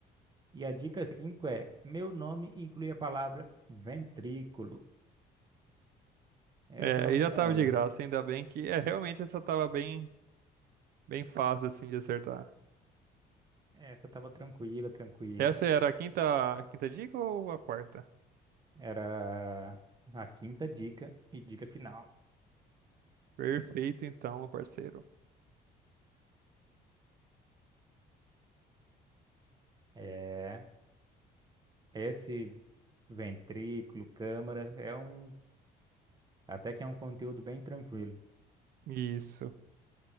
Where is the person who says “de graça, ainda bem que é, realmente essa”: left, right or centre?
Right